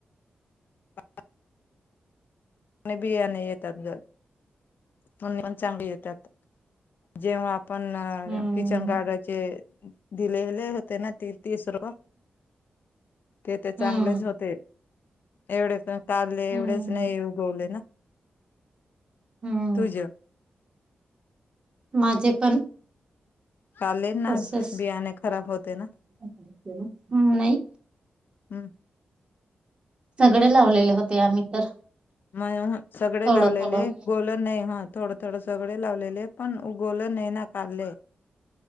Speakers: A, on the left; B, on the right.
A: <unintelligible> बियाणे येतात ग पण म चांगले येतात.. जेव्हा आपण
B: हम्म
A: किचन गागचे दिलेले होते ना ती तीस रुप ते ते चांगलेच
B: हम्म
A: होते एवढे काढले
B: हम्म
A: एवढेच नाही ओ न
B: हम्म
A: तुज
B: माझे पण
A: काले ना
B: तसच
A: बियाणे खराब होते ना
B: हम्म, नाही
A: हम्म.
B: सगडे लावलेले होते आम्ही तर
A: म सगळे
B: थोडं
A: लावलेले
B: थोडं
A: गोल नाही ह थो ड सगडे लावलेले पण उगवलं नायी ना कारले